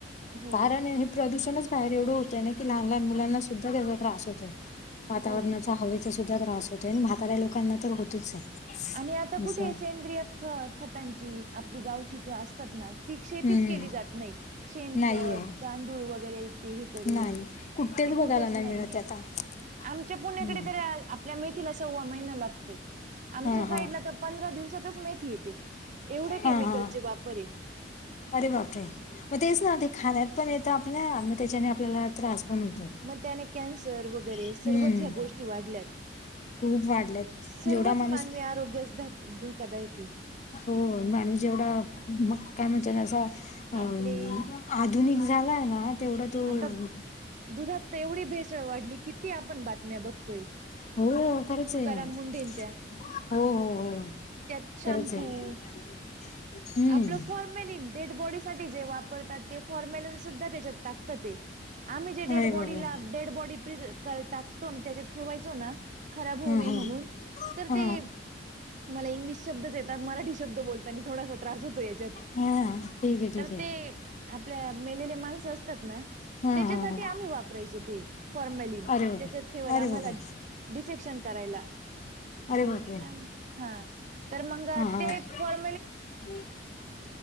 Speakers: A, on the right; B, on the left.
A: हो
B: कारण प्रदूषणच बाहेर एवढं होतय ना की, लहान -लहान मुलांना सुद्धा त्याचा त्रास होतो, वातावरणाचा,
A: हो
B: हवे चा सुद्धा त्रास होतोय आणि म्हाताऱ्या लोकांना तर होतोच आहे.
A: आणि आता कुठे
B: असं आहे
A: सेंद्रिय ख- खतांची आपली गावठी असतात ना. ती शेतीच
B: हम्म
A: केली जात नाही, शेणखत,
B: नाहीये
A: गांडुळ वगैरे ते हे करून.
B: नाही कुठेच
A: ते
B: बघायला नाही
A: नाहीये.
B: मिळतय आता.
A: आमच्या पुण्याकडे
B: हम्म
A: तर आपल्या मेथीला सव्वा महिना लागतो. आमच्या
B: हा
A: साईडला
B: हा
A: तर पंधरा दिवसातच मेथी येते, एवढ्या केमिकलचे
B: हा हा
A: वापर आहे.
B: अरे बापरे! मग तेच ना ते खाण्यात पण येतं आपल्या, मग त्याच्याने आपल्याला त्रास पण होतो.
A: मग त्याने कॅन्सर वगैरे
B: हम्म
A: सर्वच ह्या गोष्टी वाढल्यात.
B: खूप वाढलेत
A: सर्वच
B: जेवढा माणूस
A: मानवी आरोग्यास ध -धोकादायक ये.
B: हो माणूस जेवढा, मग काय म्हणता ना असा अ <unintelligible>
A: आपले
B: आधुनिक झालाय ना तेवढा तो
A: आता
B: <inaudible>
A: दुधात तर एवढी भेसळ वाढली, किती आपण बातम्या बघ तोय
B: हो खरंच
A: तुकाराम
B: आहे
A: मुंढेंच्या.
B: हो -हो- हो
A: त्यात शॅम्पू
B: खरंच आहे. हम्म
A: आपलं फॉर्मेलिन डेड बॉडी साठी जे वापरतात ते फॉर्मेलिन सुद्धा त्याच्यात टाकता ते. आम्ही जे डेड
B: अरे
A: बॉडीला
B: बापरे
A: -डेड बॉडी प्रीझ कल टाकतो ना त्याच्यात ठेवायचो ना खराब होऊ
B: हा
A: नये
B: हा
A: म्हणून तर
B: हा
A: ते मला इंग्लिश शब्दच येतात मराठी शब्द बोलताना थोडासा त्रास होतो याच्यात,
B: हा हा ठीक आहे
A: तर
B: ठीक आहे
A: ते आपल्या मेलेल्या माणसं असतात ना
B: हा
A: त्याच्यासाठी
B: हा हा
A: आम्ही वापराय यचो ते फॉर्म्यालिन
B: अरे बापरे
A: त्याच्यात ठेवायला
B: अरे
A: आम्हाला
B: बापरे
A: डिसेक्शन करायला.
B: अरे
A: म्हणजे
B: बापरे
A: काय म्हण- हा तर मग
B: हा हा
A: ते फाॅल
B: <inaudible>